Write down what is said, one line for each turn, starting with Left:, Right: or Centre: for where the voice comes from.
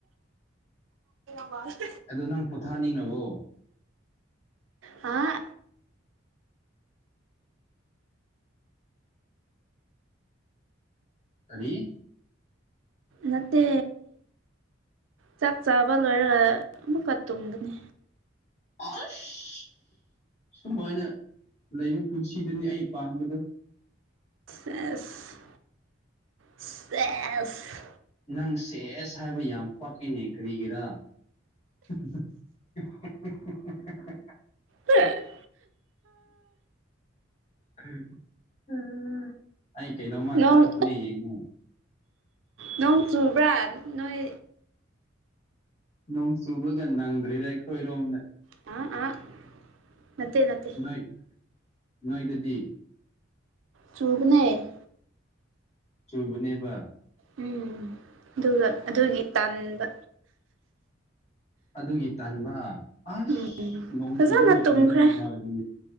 Right: ꯋꯥ <inaudible>
Left: ꯑꯗꯣ ꯅꯪ ꯄꯣꯊꯥꯅꯤꯡꯔꯕꯣ
Right: ꯑꯥ
Left: ꯀꯔꯤ
Right: ꯅꯠꯇꯦ ꯆꯥꯛ ꯆꯥꯕ ꯂꯣꯏꯔꯒ ꯑꯃꯨꯛꯀ ꯇꯨꯝꯕꯅꯤ
Left: ꯑꯁ! ꯁꯨꯃꯥꯏꯅ ꯂꯩꯕ ꯄꯨꯟꯁꯤꯗꯨꯅꯤ ꯑꯩ ꯄꯥꯝꯕꯗꯣ
Right: ꯁꯦꯁ ꯁꯦꯁ!
Left: ꯅꯪ ꯁꯦꯁ ꯍꯥꯏꯕ ꯌꯥꯝ ꯄꯛꯏꯅꯦ ꯀꯔꯤꯒꯤꯔꯥ? <inaudible>
Right: ꯁꯦꯁ
Left: ꯎꯝ <inaudible> ꯑꯩ ꯀꯩꯅꯣꯃ
Right: ꯅꯣꯡ
Left: ꯊꯥꯔꯛꯄꯅꯦ ꯌꯦꯡꯉꯣ
Right: ꯅꯣꯡ ꯆꯨꯕ꯭ꯔꯥ ꯅꯣꯏ
Left: ꯅꯣꯡ ꯆꯨꯕꯒ ꯅꯪꯗ꯭ꯔꯦꯗ ꯑꯩꯈꯣꯏꯔꯣꯝꯗ
Right: ꯑ ꯑ ꯅꯠꯇꯦ ꯅꯠꯇꯦ
Left: ꯅꯣꯏ ꯅꯣꯏꯗꯗꯤ
Right: ꯆꯨꯕꯅꯦ
Left: ꯆꯨꯕꯅꯦꯕ
Right: ꯎꯝ ꯑꯗꯨꯒ ꯑꯗꯨꯒꯤ ꯇꯟꯕ
Left: ꯑꯗꯨꯒꯤ ꯇꯟꯕ ꯑꯁ
Right: ꯎꯝ
Left: ꯅꯣꯡ
Right: ꯐꯖꯅ
Left: ꯆꯨꯕ ꯃꯇꯝꯗ
Right: ꯇꯨꯝꯈ꯭ꯔꯦ
Left: ꯅꯨꯡꯉꯥꯏꯕꯅꯤ